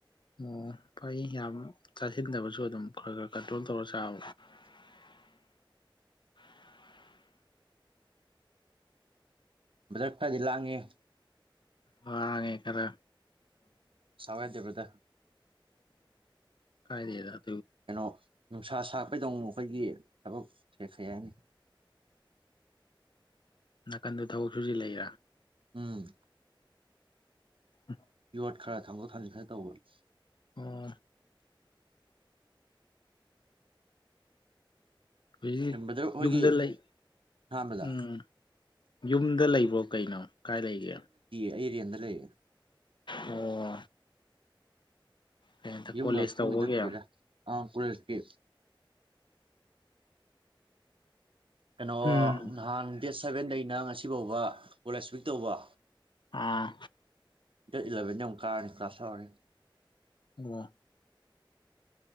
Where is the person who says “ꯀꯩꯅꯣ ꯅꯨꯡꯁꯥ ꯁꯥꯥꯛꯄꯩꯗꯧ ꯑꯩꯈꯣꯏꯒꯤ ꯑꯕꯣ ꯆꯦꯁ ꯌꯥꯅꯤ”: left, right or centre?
Right